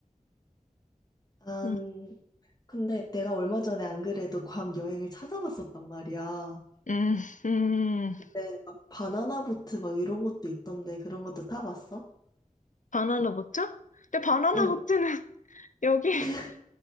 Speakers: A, on the left; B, on the left.
A: 난,
B: 응,
A: 근데 내가 얼마 전에 안 그래도 괌 여행을 찾아봤었단 말이야.
B: 응, 응.
A: 근데 막 바나나 보트 막 이런 것도 있던데 그런 것도 타봤어?
B: 바나나 보트? 근데 바나나
A: 응.
B: 보트는 <laughs> 여기 <laughs>
A: <laughs>